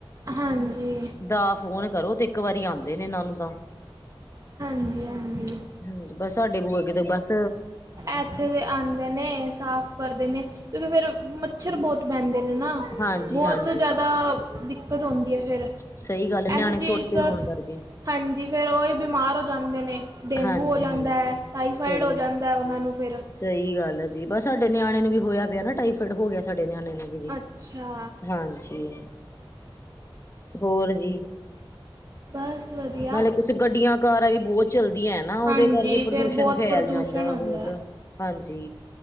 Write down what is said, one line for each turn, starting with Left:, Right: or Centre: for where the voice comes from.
Right: ਹਾਂਜੀ
Left: ਦਾ ਫੋਨ ਕਰੋ ਤੇ ਇੱਕ ਵਾਰੀ ਆਂਦੇ ਨੇ ਇਹਨਾਂ ਨੂੰ ਤਾਂ।
Right: ਹਾਂਜੀ ਹਾਂਜੀ
Left: ਹੂੰ, ਬਸ ਸਾਡੇ <unintelligible> ਤੇ ਬਸ
Right: ਐਥੇ ਤੇ ਆਂਦੇ ਨੇ, ਸਾਫ ਕਰਦੇ ਨੇ ਕਿਉਂਕਿ ਫਿਰ ਮੱਛਰ ਬਹੁਤ ਬਹਿੰਦੇ ‌ਨੇ ਨਾ,
Left: ਹਾਂਜੀ
Right: ਬੋਤ
Left: ਹਾਂਜੀ
Right: ਜਾਦਾ ਦਿੱਕਤ ਤ ਹੋਂਦੀ ਐ ਫੇਰ
Left: ਸਹੀ ਗੱਲ ਨਿਆਣੇ
Right: ਐਸੀ ਚੀਜ਼
Left: ਛੋਟੇ
Right: ਤੋਂ
Left: ਹੋਣ ਕਰਕੇ
Right: ਹਾਂਜੀ, ਫੇਰ ਉਹੀ ਬਿਮਾਰ ਹੋ ਜਾਂਦੇ ਨੇ, ਡੇਂਗੂ
Left: ਹਾਂਜੀ
Right: ਹੋ ਜਾਂਦਾ
Left: ਹਾਂਜੀ
Right: ਐ, ਟਾਈਫਾਇਡ
Left: ਸਹੀ
Right: ਹੋ ਜਾਂ ਦਾ ਉਹਨਾਂ ਨੂੰ ਫਿਰ।
Left: ਸਹੀ ਗੱਲ ਹੈ ਜੀ ਬਸ ਸਾਡੇ ਨਿਆਣੇ ਨੂੰ ਵੀ ਹੋਇਆ ਪਿਆ ਨਾ ਟਾਈਫਾਈਡ ਹੋ ਗਿਆ ਸਾਡੇ ਨਿਆਣੇ ਨੂੰ ਵੀ
Right: ਅੱਛਾ
Left: ਹਾਂਜੀ ਹੋਰ ਜੀ
Right: ਬਸ ਵਧੀਆ
Left: ਨਾਲੇ ਕੁਛ ਗੱਡੀਆਂ ਕਾਰਾਂ ਵੀ ਬੋਤ ਚਲਦੀਆਂ ਐ ਨਾ ਉਹਦੇ
Right: ਹਾਂਜੀ
Left: ਕਰਕੇ ਪ੍ਰਦੂਸ਼ਣ
Right: ਫਿਰ ਬਹੁਤ
Left: ਫੈਲ
Right: ਪ੍ਰਦੂਸ਼ਣ
Left: ਜਾਂਦਾ
Right: ਹੁੰਦਾ
Left: ਬੋਤ।
Right: ਹੈ।
Left: ਹਾਂਜੀ।